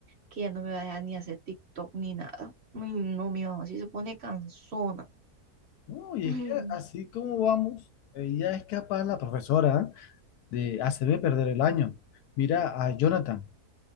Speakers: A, on the right; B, on the left.
A: que ya no me va a dejar ni hacer TikTok ni nada. Uy, no, mi mamá sí se pone cansona.
B: No, y
A: <laughs>
B: es que así como vamos, ella es capaz, la profesora, de hacerme perder el año. Mira a Jonathan.